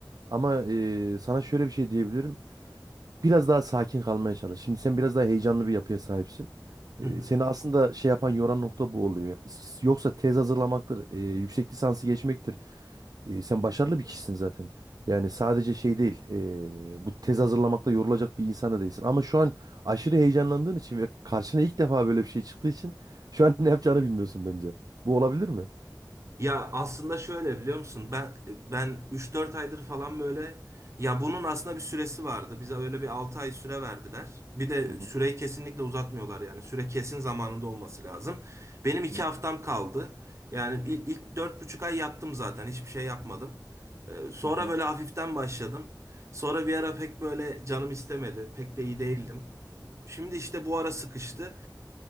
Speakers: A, on the right (about 60°); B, on the right (about 40°).
A: Ama e, sana şöyle bir şey diyebilirim. biraz daha sakin kalmaya çalış. Şimdi sen biraz daha heyecanlı bir yapıya sahipsin. Ee,
B: <laughs>
A: seni aslında şey yapan yoran nokta bu oluyor. S- Yoksa tez hazırlamaktır, e, yüksek lisansı geçmektir. E, sen başarılı bir kişisin zaten. Yani sadece şey değil, e, bu tez hazırlamakta yorulacak bir insan da değilsin. Ama şu an aşırı heyecanlandığın için ve karşına ilk defa böyle bir şey çıktığı için şu an <laughs> ne yapacağını bilmiyorsun bence. Bu olabilir mi?
B: Ya aslında şöyle biliyor musun? Ben ben üç dört aydır falan böyle ya bunun aslında bir süresi vardı. Bize öyle bir 6 ay süre verdiler. Bir de
A: Hı hı.
B: süreyi kesinlikle uzatmıyorlar yani. Süre kesin zamanında olması lazım. Benim iki
A: Hı
B: haftam kaldı. Yani bir- ilk dört buçuk ay yattım zaten. Hiçbir şey yapmadım. Ee, Sonra
A: hı.
B: böyle hafiften başladım. Sonra bir ara pek böyle canım istemedi. Pek de iyi değildim. Şimdi işte bu ara sıkıştı.